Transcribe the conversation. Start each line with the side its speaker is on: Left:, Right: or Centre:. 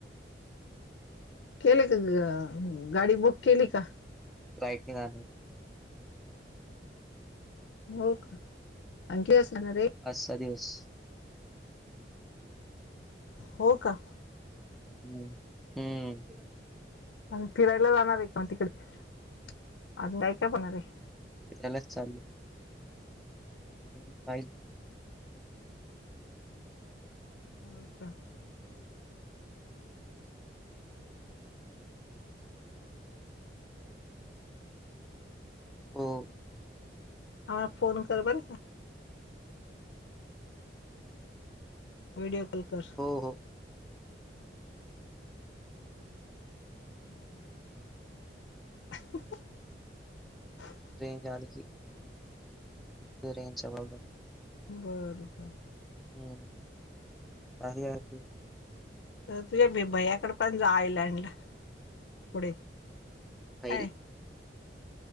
Left: केले का गाडी बुक केली का?
Centre: र <unintelligible>
Left: हो का आणखी अस असणार रे.
Centre: अजचा दिवस.
Left: हो का?
Centre: हम्म हम्म
Left: आणि फिरायला जाणार आहे का मग तिकडे अज काय काय पणार आहे.
Centre: त्यालाच चाल नाही पाहि
Left: <unintelligible>
Centre: हो
Left: आला फोन कर बर व्हिडिओ कॉल कर.
Centre: हो हो
Left: ह <unintelligible>
Centre: ट्रेन झाल की ट्रेन चा प्रॉब्लेम.
Left: बरं बर
Centre: हम्म काती
Left: तर तुझ्या भी भयाकड पण जायलडला पुढे
Centre: पाहिलं
Left: काय